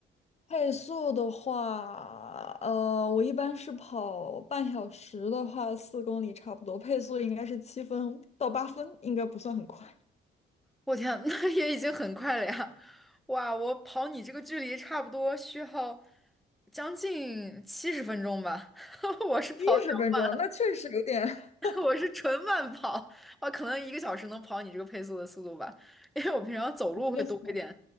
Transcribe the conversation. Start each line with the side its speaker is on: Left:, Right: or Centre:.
Left: 配速的话，呃，我一般是跑半小时的话，四公里差不多，配速应该是七分到八分，应该不算很快。
Centre: 我天，<laughs> 那也已经很快了呀！哇，我跑你这个距离差不多需要将近七十分钟吧。<laughs> 我是跑比较
Left: 七十分钟，那确实有点 <laughs>
Centre: 慢，<laughs> 我是纯慢跑，啊，可能一个小时能跑你这个配速的速度吧，因为我平常走路会多一点。
Left: 一个小时，